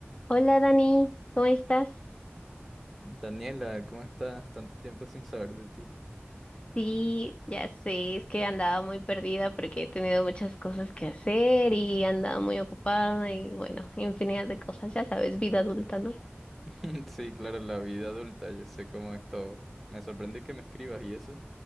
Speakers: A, on the left; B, in the centre.
A: Hola Dani, ¿cómo estás?
B: Daniela, ¿cómo estás? Tanto tiempo sin saber de ti.
A: Sí, ya sé, es que andaba muy perdida porque he tenido muchas cosas que hacer y andaba muy ocupada y bueno, infinidad de cosas, ya sabes, vida adulta, ¿no?
B: <laughs> Sí, claro, la vida adulta, yo sé cómo es todo. Me sorprende que me escribas y eso.